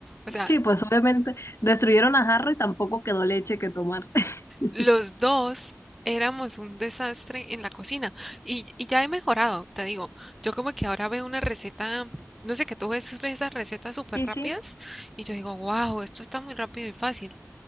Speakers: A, in the centre; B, on the left (about 60°).
A: O
B: Sí,
A: sea,
B: pues obviamente destruyeron a Harry, tampoco quedó leche que tomar. <laughs>
A: los dos éramos un desastre en la cocina y, y ya he mejorado, te digo. Yo como que ahora veo una receta, no sé, que tú ves esas recetas súper
B: Sí,
A: rápidas
B: sí,
A: y yo digo, wow, esto está muy rápido y fácil.